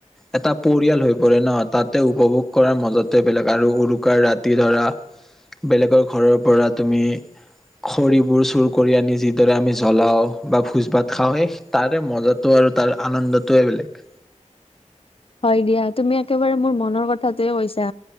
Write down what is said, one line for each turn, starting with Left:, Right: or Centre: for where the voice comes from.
Centre: এটা পৰিয়াল হৈ পৰে ন তাতে উপভোগ কৰাৰ মাজতে বেলেগ আৰু উৰুকাৰ ৰাতি ধৰা বেলেগৰ ঘৰৰ পৰা তুমি খৰিবোৰ চুৰ কৰি আনি যিদৰে আমি জ্বলাও বা ভোজ ভাত খাওঁহে তাৰে মজাটো আৰু তাৰ আনন্দটোৱে বেলেগ
Left: হয় দিয়া তুমি একেবাৰে মোৰ মনৰ কথাটোৱে কৈছা